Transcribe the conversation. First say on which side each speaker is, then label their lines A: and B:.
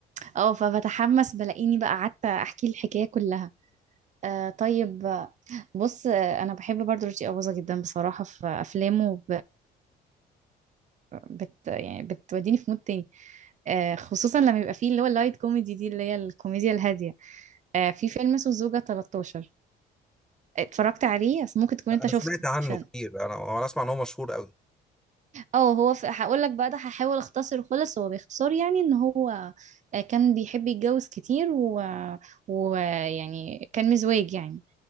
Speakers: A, on the right (about 45°); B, in the centre.
A: اه فبتحمس بلاقيني بقى قعدت احكي الحكايه كلها آه طيب آه، بص آه، انا بحب برضو رشدي اباظه جدا بصراحه في افلامه بت يعني بتوديني في مود تاني آه، خصوصا لما يبقى فيه اللي هو اللايت كوميدي دي اللي هي الكوميديا الهادية آه، في فيلم اسمه الزوجة 13 اتفرجت عليه بس ممكن تكون
B: لا،
A: انت
B: انا
A: شفته
B: سمعت عنه
A: عشان
B: كتير انا انا اسمع ان هو مشهور قوي
A: اه هو في... هقول لك بقى ده هحاول اختصره خالص هو باختصار يعني ان هو آه، كان بيحب يتجوز كتير ويعني و... ويعني كان مزواج يعني